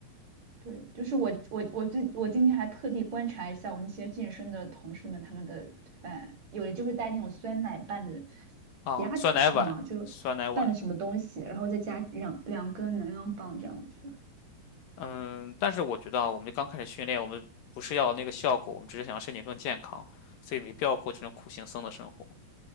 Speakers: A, on the right; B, on the left.
A: 对，就是我我我最我今天还特地观察一下我那些健身的同事们他们的饭，有的就是带那种酸奶拌的
B: 啊。
A: 夹子是吗？
B: 酸奶碗，
A: 就拌的什么东西，
B: 酸奶碗，
A: 然后再加两两根能量棒这样子。
B: 嗯，但是我觉得啊，我们刚开始训练，我们不是要那个效果，我们只是想让身体更健康，所以没必要过这种苦行僧的生活。